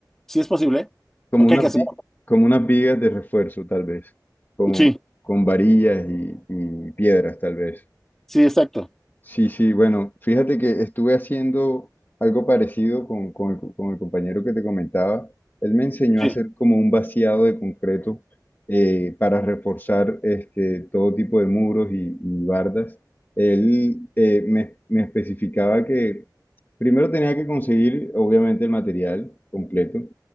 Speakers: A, in the centre; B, on the left.
A: si es posible.
B: Como
A: ¿O qué
B: unas,
A: hay que hacer?
B: vi- como unas vigas de refuerzo, tal vez, con,
A: Sí,
B: con varillas y, y piedras, tal vez.
A: sí, exacto.
B: Sí, sí, bueno, fíjate que estuve haciendo algo parecido con, con el, con el compañero que te comentaba. Él me enseñó
A: Sí,
B: a hacer como un vaciado de concreto eh, para reforzar este, todo tipo de muros y, y bardas. Él eh, me, me especificaba que primero tenía que conseguir, obviamente, el material completo.